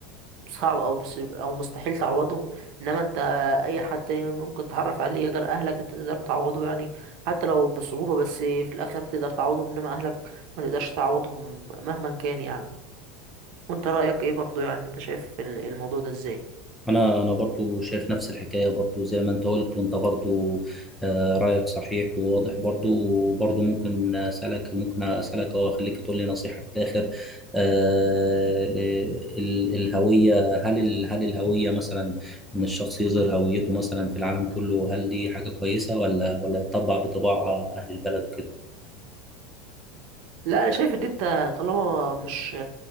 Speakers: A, on the right (about 50°); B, in the centre.
A: صعب او مس- او مستحيل تعوضهم انما انت اي حد تاني ممكن تتعرف عليه غير اهلك انت تقدر تعوضه يعني حتى لو بصعوبه بس في الاخر تقدر تعوضهم انما اهلك ما تقدرش تعوضهم مهما كان يعني وانت رأيك ايه برضو يعني انت شايف ال- الموضوع ده ازاي
B: انا انا برضو شايف نفس الحكايه برضو زي ما انت قلت وانت برضو آه، رايك صحيح وواضح برضو وبرضو ممكن اسالك ممكن اسالك او اخليك تقول لي نصيحه في الاخر آه، ال- الهويه هل ال- هل الهويه مثلا ان الشخص يظهر هويته مثلا في العالم كله هل دي حاجه كويسه ولا ولا يطبع بطباع اهل البلد وكده
A: لا انا شايف ان انت طالما مش